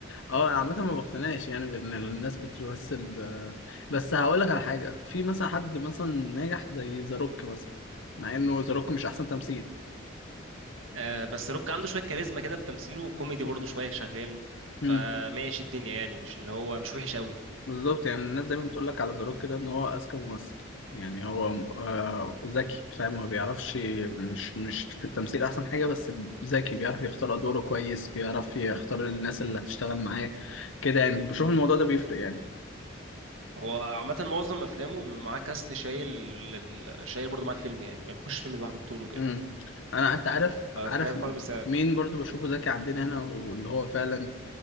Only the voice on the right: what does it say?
آه بس روك عنده شويه كاريزما كده في تمثيله وكوميدي برضه شويه شغال فماشي
الدنيا يعني مش اللي هو مش وحش قوي
هو عامه معظم افلامه بيبقى معاه كاست شايل ال- شايل برضه مع الفيلم يعني ما بيخش فيلم لوحده بطوله كده
فده
حاجه خالص بس